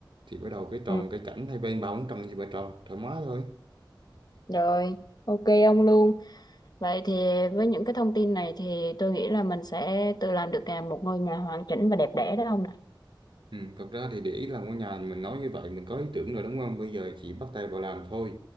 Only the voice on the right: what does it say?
thì bắt đầu cái trồng
cái cảnh hai bên bao bốn trăm gì ba tròn thoải mái thôi
Ừ, thật ra thì để ý làm ngôi nhà mình nói như vậy mình có ý tưởng rồi đúng không? Bây giờ chỉ bắt tay vào làm thôi.